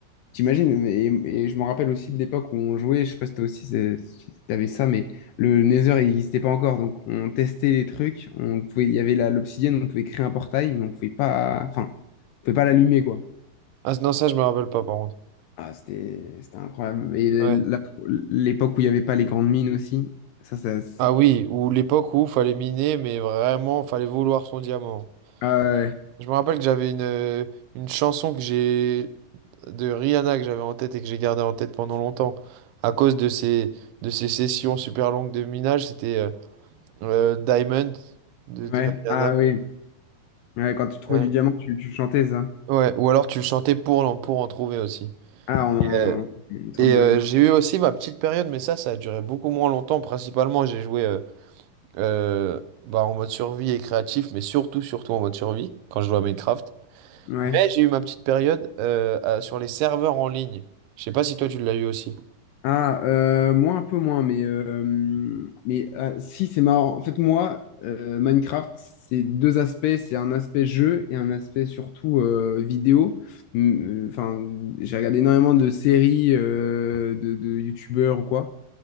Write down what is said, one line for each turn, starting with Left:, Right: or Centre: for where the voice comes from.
Left: T'imagines, et, et je me rappelle aussi de l'époque où on jouait, je sais pas si toi aussi c'est- si t'avais ça, mais le Nether il n'existait pas encore, donc on testait les trucs, on pouvait, il y avait la- l'obsidienne, on pouvait créer un portail, mais on pouvait pas, enfin, on pouvait pas l'allumer, quoi.
Right: Ah non, ça, je me rappelle pas par contre.
Left: Ah, c'était c'était incroyable. Et la-
Right: Ouais.
Left: l'époque où il n'y avait pas les grandes mines aussi, ça, ça. c'est-
Right: Ah oui, ou l'époque où fallait miner, mais vraiment, fallait vouloir son diamant.
Left: Ah ouais,
Right: Je me rappelle que j'avais une, euh, une chanson que j'ai de Rihanna que j'avais en tête et que j'ai gardé en tête pendant longtemps à cause de ces, de ces sessions super longues de minage, c'était euh, euh, Diamond de,
Left: ouais.
Right: de Rihanna.
Left: Ah oui. Ouais, quand tu trouvais
Right: Ouais.
Left: du diamant, tu, tu chantais ça.
Right: Ouais, ou alors tu le chantais pour, l'en- pour en trouver aussi.
Left: Ah, on...
Right: Euh,
Left: une sorte
Right: et
Left: de.
Right: euh, j'ai eu aussi ma petite période, mais ça, ça a duré beaucoup moins longtemps. Principalement, j'ai joué euh, euh, bah, en mode survie et créatif, mais surtout, surtout en mode survie quand je jouais à Minecraft.
Left: Ouais.
Right: Mais j'ai eu ma petite période euh, à- sur les serveurs en ligne. Je sais pas si toi tu l'as eu aussi.
Left: Ah, euh, moi un peu moins, mais, euh, mais ah, si, c'est marrant. En fait, moi, euh, Minecraft, c'est deux aspects. C'est un aspect jeu et un aspect surtout euh, vidéo. Mm, euh, Enfin, j'ai regardé énormément de séries euh, de, de youtubeurs ou quoi.